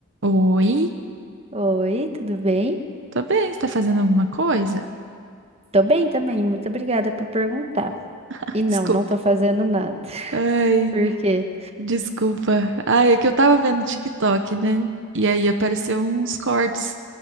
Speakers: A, on the right; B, on the right.
A: Oi,
B: Oi, tudo bem?
A: tô bem, você tá fazendo alguma coisa?
B: Tô bem também, muito obrigada por perguntar.
A: <laughs> Ai,
B: E não,
A: desculpa.
B: não tô fazendo nada. <laughs>
A: Ai,
B: Por quê?
A: desculpa. Ai, é que eu tava vendo TikTok, né? E aí apareceu uns cortes.